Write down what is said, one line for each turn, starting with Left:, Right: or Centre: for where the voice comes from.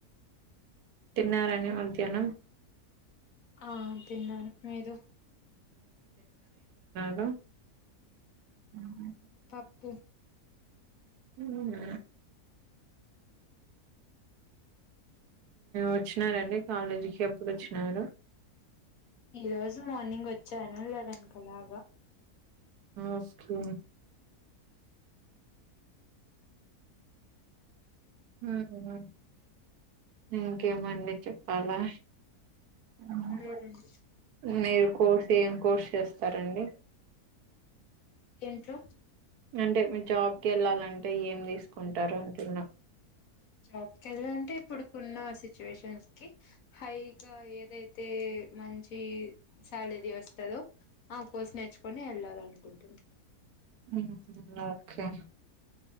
Right: తిన్నారండి మధ్యాహ్నం
Left: ఆ తిన్నాను మీరు
Right: హమ్ ఉహు
Left: పప్పు
Right: హ్మ్మ్ వచ్చినారండి కాలేజీకి ఎప్పుడు వచ్చినారు
Left: ఈ రోజు మార్నింగ్ వచ్చాను లెవెన్ కలాగా
Right: ఓకే హ్మ్మ్ ఇంకేమండి చెప్పాలా హ్మ్మ్
Left: లేదండి
Right: మీరు కోర్సెం కోర్స్ చేస్తారండి
Left: దేంట్లో
Right: అంటే మీ జాబ్ కెల్లా ఏం తీసుకుంటారు అంటున్నా
Left: జాబ్కి వెళ్ళాలంటే ఇప్పుడుకున్న సిచ్యువేషన్స్ కి హైగా ఏదైతే మంచి సాలరీ వస్తదో ఆ కోర్స్ నేర్చుకుని వెళ్ళాల అనుకుంట
Right: హు నే ఒకే